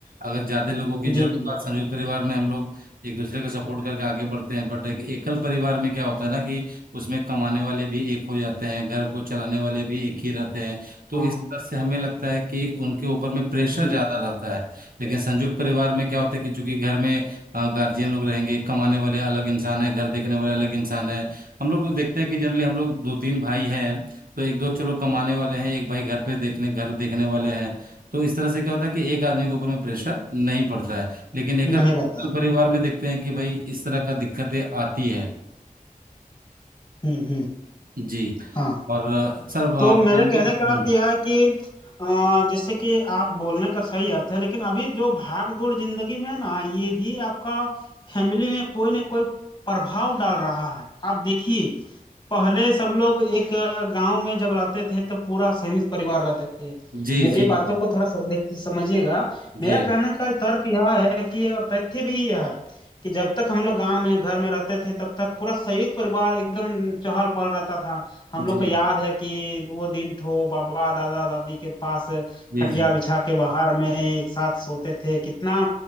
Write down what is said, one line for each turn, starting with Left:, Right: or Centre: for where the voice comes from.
Right: अगर ज्यादा लोगों की
Left: जी
Right: जरूरत
Left: जी
Right: पड़े संयुक्त परिवार में हम लोग एक दूसरे का सपोर्ट करके आगे बढ़ते हैं बट एक एकल परिवार में क्या होता है ना कि उसमें कमाने वाले भी एक हो जाते हैं घर को चलाने वाले भी एक ही रहते हैं तो
Left: हाँ
Right: इस तरह से हमें लगता है कि उनके ऊपर में प्रेशर
Left: जी
Right: ज्यादा रहता है लेकिन संयुक्त परिवार में क्या होता है कि चूंकि घर में गार्जियन लोग रहेंगे कमाने वाले अलग इंसान है घर देखने वाले अलग इंसान है हम लोग को देखते हैं कि जनरली हम लोग दो तीन भाई हैं तो एक दो चलो कमाने वाले हैं एक भाई घर पे देखने घर देखने वाले हैं तो इस तरह से क्या होता है कि एक आदमी के ऊपर में प्रेशर नहीं पड़ता है लेकिन एक
Left: नहीं रहता
Right: परिवार में देखते हैं कि भाई इस तरह का दिक्कतें आती है
Left: हम्म हम्म
Right: जी
Left: हाँ
Right: और अ, सर अ,
Left: तो मेरे
Right: फैमिली
Left: कहने
Right: हम्म,
Left: का अर्थ यह है कि अ, जैसे कि आप बोलने का सही अर्थ है लेकिन अभी जो भाग दौड़ जिंदगी में है ना ये भी आपका फैमिली में कोई ना कोई प्रभाव डाल रहा है आप देखिए पहले सब लोग एक गांव में जब रहते थे तो पूरा संयुक्त परिवार रहते थे
Right: जी
Left: मेरी
Right: जी
Left: बातों
Right: जी
Left: को थोड़ा सब देख समझिएगा मेरा
Right: जी
Left: कहने का तर्क यह है कि और तथ्य भी यह है कि जब तक हम लोग गांव में घर में रहते थे तब तक पूरा संयुक्त परिवार एकदम चहल पहल रहता था हम लोग
Right: जी
Left: को याद है कि वो दिन ठो बाबा दादा दादी के पास
Right: जी
Left: खटिया
Right: जी
Left: बिछा के बाहर में एक साथ सोते थे कितना